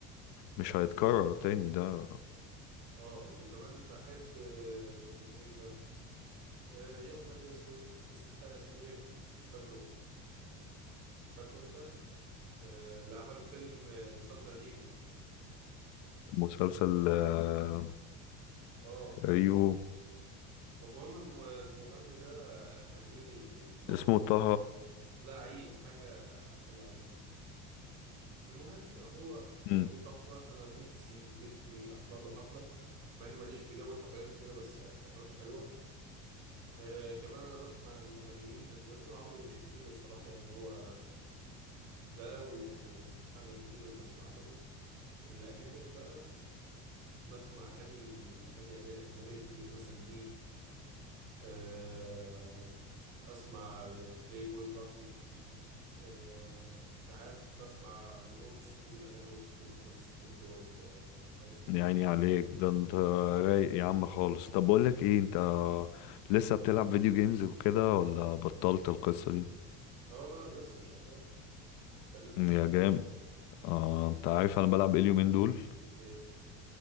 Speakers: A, on the left; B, on the right.
A: مش هيتكرر تاني ده
B: اه وكمان بحب آه، اسمه ايه ده آه، يا ابيض يا اسود قصه حياه اسمه ايه مش فاكره فاكره انت آه، اللي عمل فيلم آه، مسلسل ريفو
A: مسلسل آه،
B: اه
A: ريفو
B: المهم الم- المغني ده أغانيه تحفة
A: اسمه طه
B: لا عيد حاجة حاجة عيد المهم هو
A: مم،
B: أغانيه تحفة أنا نفسي نفسي أحضر له حفلة مع إني ماليش في جو الحفلات وكده بس حفلاته حلوة آه كمان أنا بسمع المغنيين المغنيين العربي مش كتير الصراحة يعني هو ده و- ومحمد منير اللي بسمع لهم الأجانب بقى بسمع أغاني أغاني أجن- أجنبية كتير مثلا ليد آه أسمع بلاي بوي كارتي آه، ساعات بسمع لأولد سكول أغاني أولد سكول مثلا سنوب دوج آيس
A: يعني
B: كيوب الكلام
A: عليك
B: ده كله
A: ده انت رايق يا عم خالص طب بقول لك ايه انت لسه بتلعب فيديو جيمز وكده ولا بطلت القصة دي
B: اه لا لسه شغال ده ليك في
A: مم،
B: ايه؟
A: يا جام آه انت عارف انا بلعب ايه اليومين دول
B: ايه؟